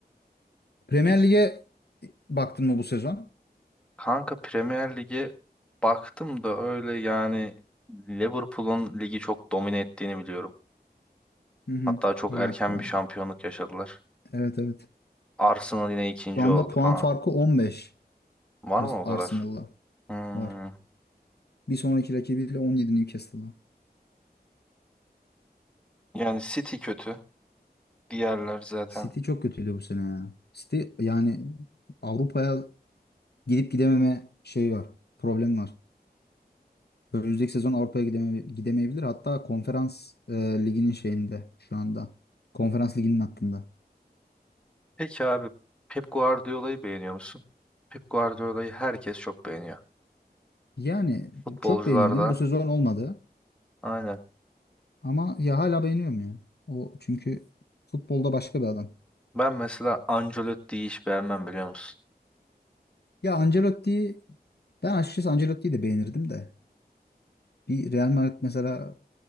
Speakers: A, on the left; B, in the centre.
A: Premier
B: Peki
A: Lig'e baktın mı bu sezon?
B: kanka Premier Lig'e baktım da öyle yani Liverpool'un ligi çok domine ettiğini biliyorum.
A: Hı hı.
B: Hatta çok
A: Öyle
B: erken
A: yaptı valla.
B: bir şampiyonluk yaşadılar.
A: Evet evet.
B: Arsenal yine ikinci
A: Şu anda
B: oldu
A: puan
B: falan.
A: farkı on beş
B: Var
A: Ars-
B: mı o kadar?
A: Arsenal'la
B: Hmm.
A: var. Bir sonraki rakibiyle 17 Newcastle'la.
B: Yani City kötü. Diğerler zaten.
A: City çok kötüydü bu sene ya. City yani Avrupa'ya gidip gidememe şey var. Problem var. Önümüzdeki sezon Avrupa'ya gideme, gidemeyebilir. Hatta konferans e, liginin şeyinde şu anda. Konferans liginin hattında.
B: Peki abi Pep Guardiola'yı beğeniyor musun? Pep Guardiola'yı herkes çok beğeniyor.
A: Yani
B: Futbolcularda
A: çok beğenirdim. Bu sezon olmadı.
B: aynen.
A: Ama ya hala beğeniyorum ya. O çünkü futbolda başka bir adam.
B: Ben mesela Ancelotti'yi hiç beğenmem biliyor musun?
A: Ya Ancelotti'yi ben açıkçası Ancelotti'yi de beğenirdim de. Bir Real Madrid mesela